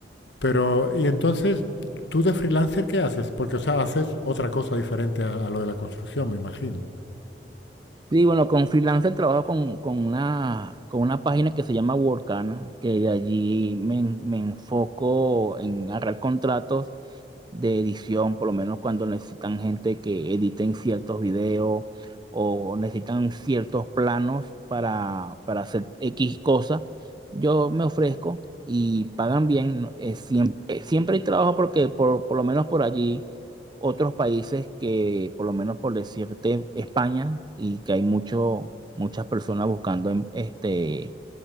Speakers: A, on the left; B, on the right.
A: Pero, y entonces, ¿tú de freelancer qué haces? Porque, o sea, haces otra cosa diferente a, a lo de la construcción, me imagino.
B: Sí, bueno, con freelancer trabajo con, con una, con una página que se llama Workana, que de allí me, en- me enfoco en agarrar contratos de edición, por lo menos cuando necesitan gente que editen ciertos videos o necesitan ciertos planos para, para hacer X cosas, yo me ofrezco y pagan bien. ¿no? Eh, siempre, siempre hay trabajo porque por, por lo menos por allí otros países que, por lo menos por decirte, España, y que hay mucho, muchas personas buscando em- este,